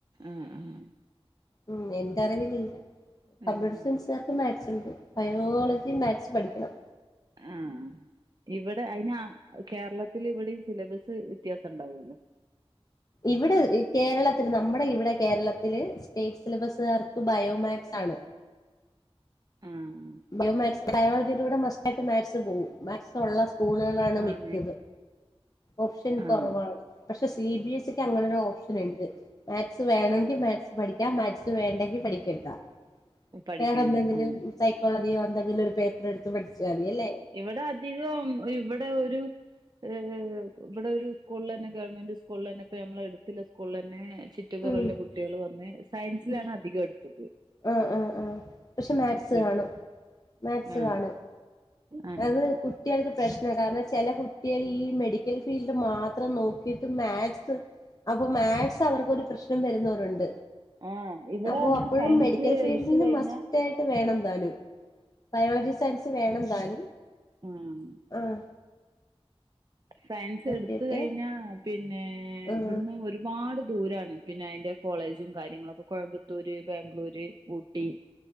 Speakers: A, on the right; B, on the left.
A: ആഹ് ആഹ്
B: ഉം എന്ററിവിലില്ല
A: ഉം
B: കമ്പ്യൂട്ടർ സയൻസാര് മാത്സ്ണ്ട് ബയോളജിം മാത്സ് പഠിക്കണം.
A: ആഹ് ഇവടെ അയ്ന കേരളത്തില് ഇവടിം സിലബസ് വെത്യാസണ്ടാവല്ലോ.
B: ഇവടെ ഇ കേരളത്തിൽ നമ്മടെ ഇവടെ കേരളത്തില് സ്റ്റേറ്റ് സിലബസാർക്ക് ബയോമാത്‌സാണ്.
A: ആഹ്
B: ബയോ മാത്സ് ബയോളജിടൂടെ മസ്റ്റായിട്ട് മാത്സ് പോകും മാത് സൊള്ള സ്കൂളുകളാണ്
A: ആഹ്
B: മിക്കത്.
A: മാക്സ്
B: ഓപ്ഷൻ
A: ആഹ്
B: കൊറവാണ് പക്ഷെ സി ബി എസ് സിക്ക് അങ്ങനൊരോരുപ്ഷന്ണ്ട്. മാത്സ് വേണെങ്കിൽ മാത്സ് പഠിക്കാം മാത്സ് വേണ്ടെങ്കി പഠിക്കണ്ടാ.
A: പഠിക്കണ്ട
B: വേറെ ന്തെങ്കിലും
A: ആഹ്
B: സൈക്കോളജിയോ എന്തെങ്കിലും ഒരു പേപ്പറെട്ത്ത് പഠിച്ചാതി അല്ലേ.
A: ഇവടെ അധികം ഇവടെ ഒരു ഏഹ് ഇവടൊരു സ്കൂളിലെന്നെ ഗവൺമെന്റ് സ്കൂളെന്നെ ഇപ്പ നമ്മളെട്ത്ത്ല്ലെ സ്കൂൾളെന്നെ ചി റ്റി പൊറൊള്ള
B: ഉം
A: കുട്ട്യെള് വന്ന് സയൻസിലാണ്
B: ഉം
A: അധികെട്ത്തത്.
B: ആഹ് ആഹ് ആഹ് പക്ഷെ മാത്സ്
A: ഗ്രൂപ്പ്
B: കാണും മാത്സ്
A: ആഹ്
B: കാണും
A: ആഹ്
B: അത് കു ട്ട്യെൾക്ക് പ്രശ്ന കാരണം ചെല കുട്ട്യെളീ മെഡിക്കൽ ഫീൽഡ് മാത്രം നോക്കിട്ട് മാത്സ് അപ്പം മാത്സ് അവർക്കൊര് പ്രശ്നം വെര്ന്നവരുണ്ട്
A: ആഹ് ഇവിടെ
B: അപ്പോ
A: പറഞ്ഞാ
B: അപ്പൊഴും
A: സയൻസ്
B: മെഡിക്കൽ ഫീൽഡിന്
A: എടുത്ത് കഴിഞ്ഞ
B: മസ്റ്റായി ട്ട് വേണ താനും ബയോളജി സയൻസ് വേണം താനും
A: ആഹ്
B: ആഹ്
A: സയൻസെട്ത്ത്
B: ഓക്കെ ഓക്കെ
A: കഴിഞ്ഞാ പിന്നെ
B: ആഹ്
A: ഇബട്ന്ന് ഒരു പാട് ദൂരാണ് പിന്നെ അയ്ന്റെ കോളേജും കാര്യങ്ങളൊക്കെ കോയമ്പത്തൂര്, ബാംഗ്ലൂര്, ഊട്ടി,